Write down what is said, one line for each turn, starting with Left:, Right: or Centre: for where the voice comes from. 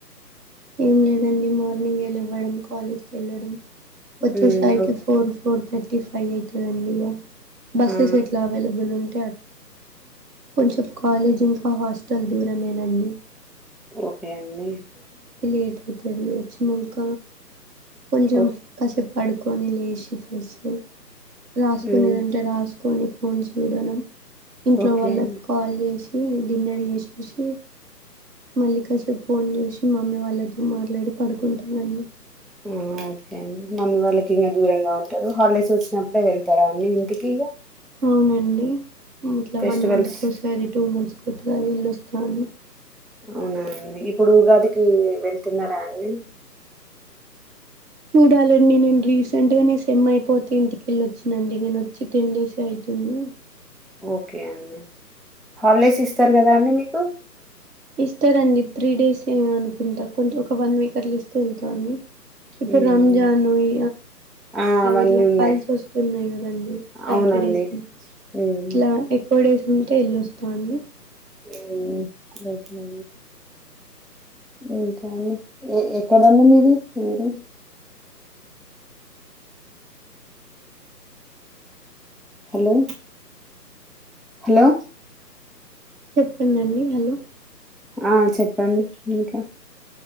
Right: ఏం లేదండి మార్నింగ్ ఏ లెవ్వడం కాలేజ్కి యెళ్ళడం వచ్చే
Centre: ఉమ్
Right: సారికి
Centre: ఓ-
Right: ఫోర్ ఫోర్ థర్టీ టిఫై అయితా ఉందిగా బస్సెస్
Centre: ఆ
Right: ఎట్లా అవైలబుల్ ఉంది కొంచెం కాలేజ్ ఇంకా ఆదిదూరమేనండి
Centre: ఓకే అండి
Right: ట్ అవుతుంది వచ్చినక కొంచెం
Centre: ఓ-
Right: కాసేప్. పడుకొని లేచి ఫ్రెష్ అయ్యి. రాసుకునేది
Centre: ఉమ్
Right: ఉంటే రాసుకొని ఫోన్ చూడాలే ఇంట్లో
Centre: ఓకే
Right: వాళ్ళకి
Centre: అండి
Right: కాల్ చేసి డిన్నర్ చేసేసి మల్లికాజ ఫోన్ చూసి మమ్మీ వాళ్లతో మాట్లాడి పడుకుంటానని
Centre: ఆ ఓకే అండి మమ్మీ వాళ్ళకి ఇంకా దూరంగా ఉంటారు హాలిడేస్ వచ్చినప్పుడే వెళ్తారా అన్నీ ఇంటికి
Right: అవునండి ఇట్లా
Centre: ఫెస్టివల్స్
Right: వన్ మంత్కి ఒకసారి టూ మంత్స్ కు గజలుస్స్తాన్
Centre: అవునానండి ఇప్పుడు ఉగాదికి వెళ్తున్నారా అండి
Right: చూడాలండి నేను రీసెంట్ గా న సెమ్ అయిపోతే ఇంటికెళ్ళి వచ్చినండి నేను వచ్చి టెన్ డేస్ అవుతుంది
Centre: ఓకే అండి హాలిడేస్ ఇస్తారు కదా అండి మీకు
Right: ఇస్తారంండి త్రీ డేస్ ఏ అనుకుంటా కొంచెం ఒక వన్ వీక్ అట్లా ఇస్తే వెళ్తా అండి ఇప్పుడు
Centre: మ్మ్
Right: రంజాన్ ఇ
Centre: ఆ అవన్నీ
Right: ఇలా
Centre: ఉన్నాయి
Right: కల్స్ వస్తున్నాయి్ కదండి సాటర్డేస్
Centre: అవునండి మ్మ్
Right: ఇట్లా ఎక్కువ డేస్ ఉంటేవెల్ళొస్తూండి
Centre: డి ఇంకాండి ఎక్కడంండి మీరు ఊరు హలో హలో
Right: చెప్పనండి హలో
Centre: ఆ చెప్పండి ఇంకా